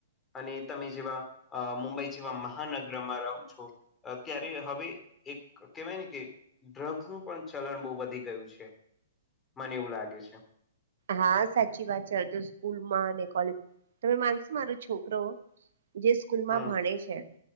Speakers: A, on the left (about 15°); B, on the right (about 60°).
A: અને તમે જેવા મુંબઈ જેવા મહાનગરમાં રહો છો. ત્યારે હવે એક કહેવાય ને કે ડ્રગ્સ નું પણ ચલણ બહુ વધી ગયું છે મને એવું લાગે છે.
B: હા સાચી વાત છે તો સ્કૂલમાં અને કોલેજમાં તમે માનશો મારો છોકરો જે સ્કૂલ માં
A: હમ
B: ભણે છે.